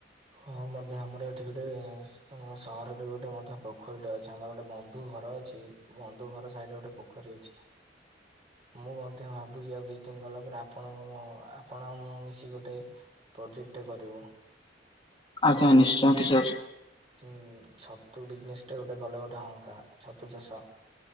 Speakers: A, on the right; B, on the left.
A: ହଁ ମଧ୍ୟ ଆମର ଏଠି ଗୋଟେ ଉଁ ସହରରେ ଗୋଟେ ମଧ୍ୟ ପୋଖରୀଟା ଅଛି ଆମର ଗୋଟେ ବନ୍ଧୁ ଘର ଅଛି। ବନ୍ଧୁ ଘର ସାଇଡରେ ଗୋଟେ ପୋଖରୀ ଅଛି।
B: <inaudible>
A: ମୁଁ ମଧ୍ୟ ଭାବୁଛି ଆଉ କିଛି ଦିନ ଗଲା ପରେ ଆପଣ ଆପଣ ମୁଁ ମିଶି ଗୋଟେ ପ୍ରୋଜେକ୍ଟ କରିବୁ
B: ଆଜ୍ଞା
A: ଭାବୁଛି
B: ନିଶ୍ଚୟ କିଶୋର
A: ହୁଁ ଛତୁ ବିଜନେସ ଟା ଗୋଟେ ଗଲେ ଗୋଟେ ହଅନ୍ତା ଛତୁ ଚାଷ।